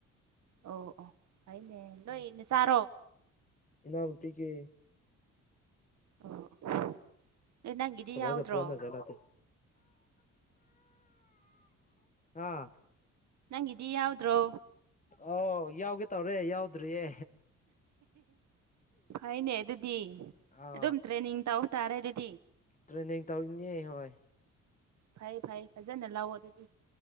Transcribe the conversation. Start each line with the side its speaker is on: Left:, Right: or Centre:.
Right: ꯑꯣ ꯑꯣ ꯐꯩꯅꯦ ꯅꯣꯏ ꯅꯆꯥꯔꯣ
Left: ꯏꯅꯥꯎꯅꯨꯄꯤꯒꯤ
Right: ꯑꯣ ꯑꯦ ꯅꯪꯒꯤꯗꯤ
Left: ꯁꯕꯥꯏꯗ
Right: ꯌꯥꯎꯗ꯭ꯔꯣ
Left: ꯄꯣꯟꯅꯖꯠꯂꯥꯇꯦ ꯍꯥ
Right: ꯅꯪꯒꯤꯗꯤ ꯌꯥꯎꯗ꯭ꯔꯣ
Left: ꯑ ꯌꯥꯎꯒꯦ ꯇꯧꯔꯦ ꯌꯥꯎꯗ꯭ꯔꯤꯌꯦ
Right: ꯐꯩꯅꯦ ꯑꯗꯨꯗꯤ
Left: ꯑꯥ
Right: ꯑꯗꯨꯝ ꯇ꯭ꯔꯦꯅꯤꯡ ꯇꯧꯕ ꯇꯥꯔꯦ ꯑꯗꯨꯗꯤ
Left: ꯇ꯭ꯔꯦꯅꯤꯡ ꯇꯧꯔꯤꯅꯤ ꯍꯣꯏ
Right: ꯐꯩ ꯐꯩ ꯐꯖꯅ ꯂꯧꯑꯣ ꯑꯗꯨꯗꯤ꯫